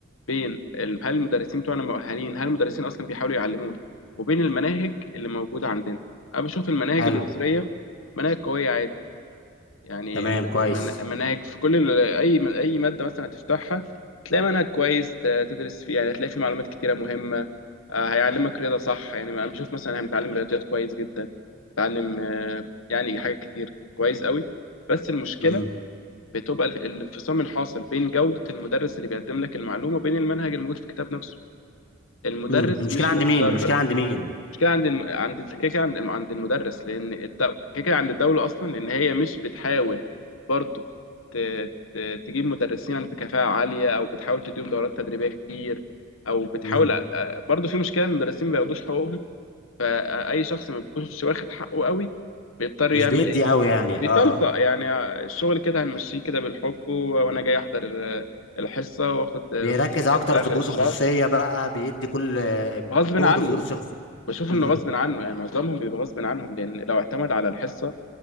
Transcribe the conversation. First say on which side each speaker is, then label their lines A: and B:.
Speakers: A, on the left; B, on the left.
A: بين ال- هل المدرسين بتوعنا مؤهلين هل المدرسين اصلا بيحاولوا يعلمونا وبين المناهج اللي موجوده عندنا انا بشوف المناهج
B: حلو
A: المصريه مناهج قويه عادي يعني
B: تمام
A: م-
B: كويس
A: من- مناهج في كل ال- اي اي ماده مثلا هتفتحها تلاقي منهج كويس ت- تدرس فيه يعني تلاقي فيه معلومات كتيره مهمه آه، هيعلمك رياضه صح يعني انا بشوف مثلا هنتعلم رياضيات كويس جدا بتعلم آه، يعني حاجات كتير كويس قوي بس المشكله
B: امم
A: بتبقى الف- الانفصام الحاصل بين جودة المدرس اللي بيقدم لك المعلومة وبين المنهج الموجود في الكتاب نفسه المدرس
B: امم المشكلة
A: مش
B: عند
A: متدرب
B: مين المشكلة عند مين
A: مش كده عند الم... عند الد- كده كده عند عند المدرس لأن الدو... كده كده عند الدولة أصلا لأن هي مش بتحاول برضو ت... ت... تجيب مدرسين بكفاءة عالية أو بتحاول تديهم دورات تدريبية كتير أو بتحاول
B: امم
A: آه، برضو في مشكلة المدرسين ما بياخدوش حقوقهم فأي شخص ما بيكونش واخد حقه قوي بيضطر
B: مش
A: يعمل
B: بيدي قوي يعني
A: بيتلقى
B: اه
A: يعني الشغل كده هنمشيه كده بالحب و- وانا جاي احضر آه، الحصه واخد آه،
B: بيركز
A: فلوس
B: اكتر
A: حتى
B: في
A: اخر
B: الدروس
A: الشهر
B: الخصوصية بقى بيدي كل آه،
A: غصب
B: جهده
A: عنه
B: في دروس الخصوصية
A: بشوف
B: امم.
A: انه غصب عنه يعني معظمهم بيبقى غصب عنهم لان لو اعتمد على الحصه